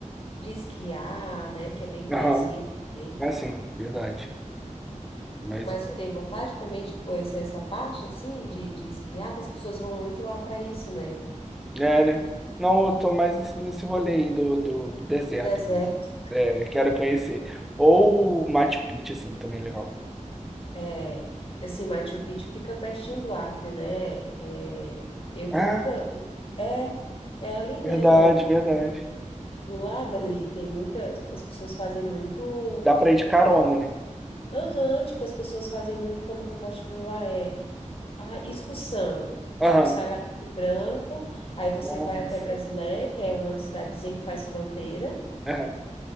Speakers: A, on the left (about 45°); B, in the centre.
A: de esquiar, né, que é bem conhecido
B: Aham,
A: também.
B: é assim, verdade. Mas
A: Mas
B: eu tô...
A: tu tem vontade também de conhecer essa parte, assim, de, de esquiar, que as pessoas vão muito lá para isso, né,
B: É, né? Não, eu tô mais nesse nesse rolê aí do, do deserto
A: do deserto.
B: mesmo. É, quero conhecer. Ou o Machu Picchu, assim, também é legal.
A: É, assim, Machu Picchu fica pertinho do Acre, né, é, eu
B: Ah,
A: que nunca... É, é ali, né,
B: verdade, verdade.
A: Do lado ali, tem muitas, as pessoas fazem muito,
B: Dá pra ir de carona, né?
A: aham, tipo, as pessoas fazem muito, como que eu posso te falar, é a excursão,
B: Aham.
A: tipo, sai lá do Branco, aí você
B: Nossa.
A: vai até Brasilé, que é uma cidadezinha que faz fronteira,
B: Aham.